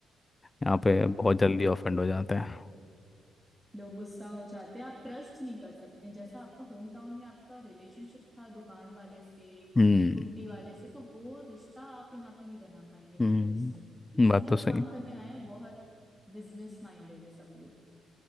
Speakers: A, on the left; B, in the centre.
A: यहाँ
B: हाँ
A: पे बहुत जल्दी
B: वो
A: ऑफेंड
B: चीज
A: हो जाते
B: है
A: हैं
B: लोग गुस्सा हो जाते हैं आप ट्रस्ट नहीं कर सकते जैसा आपका होम टाउन में आपका रिलेशनशिप था दुकान वाले से
A: हम्म
B: घुमटी वाले से तो वो रिश्ता आप यहाँ पे नहीं बना पाएंगे
A: हम्म
B: वेंडर्स से ये सब
A: बात तो
B: लोग
A: सही
B: काम करने आए हैं बहुत बिजनेस माइंडेड है सब लोग